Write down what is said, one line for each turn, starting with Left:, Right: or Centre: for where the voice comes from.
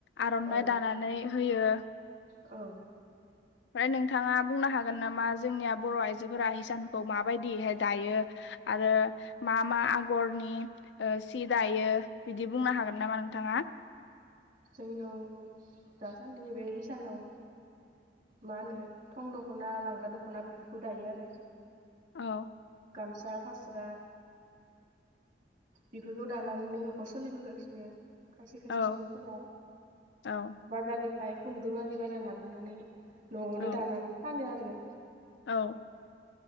Left: आर'नाइ
Right: औ
Left: दानानै होयो।
Right: औ।
Left: ओमफ्राय नोंथाङा बुंनो हागोन नामा जोंनिया बर' आइजोफोरा हिसानफोरखौ माबायदिहाय दायो आरो मा मा आगरनि सि दायो बिदि बुंनो हागोन नामा नोंथाङा?
Right: जोंनयाव दासान्दि बे हिसानाव मा होनो थं दख'ना लांगा दख'ना बेफोरखौ दायो आरो।
Left: औ
Right: गामसा, फास्रा। बेफोरखौ दानानैनो न'खर सोलिबोगासिनो। खायसे खायसे
Left: औ
Right: सुबुंफोरा
Left: औ
Right: बाजार ओमफ्राय खुन्दुं आरि बायना लाबोनानै न'आवनो
Left: औ
Right: दानानै फानो आरो।
Left: औ।